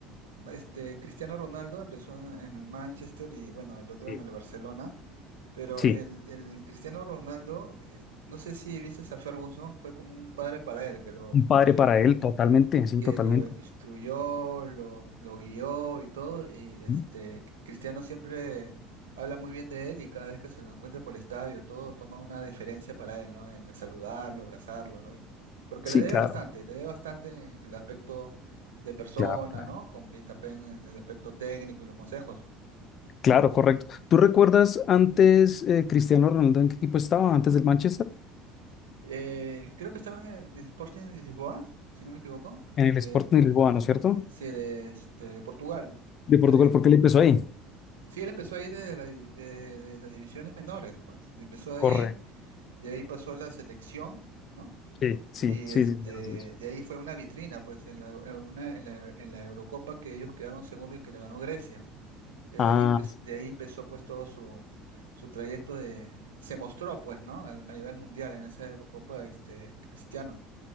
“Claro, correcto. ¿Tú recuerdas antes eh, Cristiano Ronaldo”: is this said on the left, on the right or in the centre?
Left